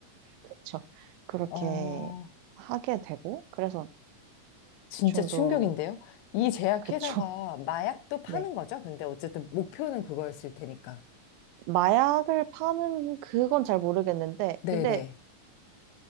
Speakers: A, on the right; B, on the left.
A: 그렇죠.
B: <laughs>
A: 그렇게
B: 어,
A: 하게 되고 그래서
B: 진짜
A: 중독
B: 충격인데요? 이 제약회사가
A: 그쵸.
B: 마약도 파는
A: 네.
B: 거죠? 근데 어쨌든 목표는 그거였을 테니까.
A: 마약을 파는 그건 잘 모르겠는데,
B: 네네.
A: 근데